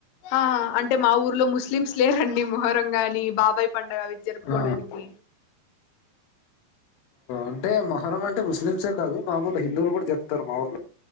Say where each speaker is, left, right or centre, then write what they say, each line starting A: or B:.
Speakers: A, on the left; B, on the left.
A: ఆ అంటే మా ఊర్లో ముస్లిమ్స్ లేరండి మొహరం గానీ బాబాయ్ పండుగవి జరుపుకోవడానికి
B: ఆ, అంటే మొహరం అంటే ముస్లిమ్సే కాదు మాములు హిందువులు కూడా జరుప్తారు మా ఊర్లో